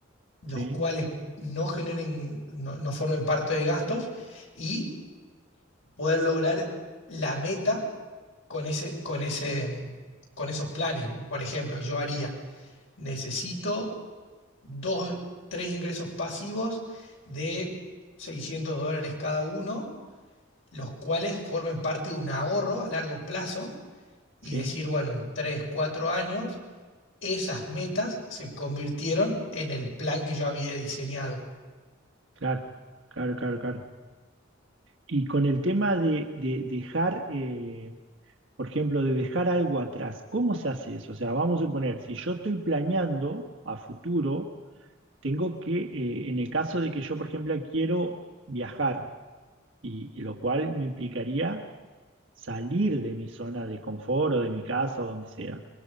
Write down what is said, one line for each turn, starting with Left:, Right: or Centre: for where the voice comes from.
Left: los
Right: sí,
Left: cuales no generen, no, no formen parte de gastos y poder lograr la meta con ese, con ese, con esos planes. Por ejemplo, yo haría, necesito dos, tres ingresos pasivos de 600 dólares cada uno, los cuales formen parte de un ahorro a largo plazo y
Right: sí,
Left: decir, bueno, en tres, cuatro años, esas metas se convirtieron en el plan que yo había diseñado.
Right: claro, claro, claro, claro. Y con el tema de, de dejar... eh, Por ejemplo, de dejar algo atrás. ¿Cómo se hace eso? O sea, vamos a suponer, si yo estoy planeando a futuro, tengo que, eh, en el caso de que yo, por ejemplo, quiero viajar, y, y lo cual me implicaría salir de mi zona de confort o de mi casa o donde sea.